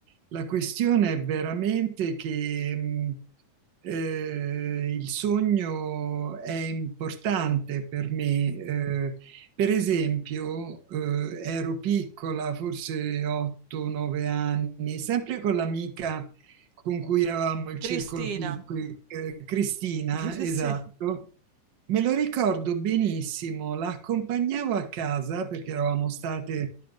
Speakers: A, on the right; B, on the right.
A: la questione è veramente che mh, eh, il sogno è importante per me. Eh, per esempio, eh, ero piccola, forse 8-9 anni, sempre con l'amica con cui eravamo il circolo
B: Cristina,
A: piccolo, eh, Cristina,
B: <laughs>
A: esatto.
B: sì,
A: Me lo ricordo benissimo, la accompagnavo a casa perché eravamo state